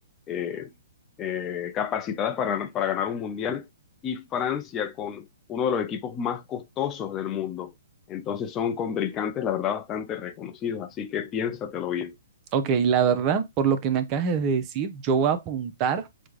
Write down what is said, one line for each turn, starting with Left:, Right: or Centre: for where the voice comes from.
Left: eh, eh, capacitadas para, para ganar un mundial, y Francia con uno de los equipos más costosos del mundo. Entonces son contrincantes, la verdad, bastante reconocidos, así que piénsatelo bien.
Right: Ok, la verdad, por lo que me acabas de decir, yo voy a apuntar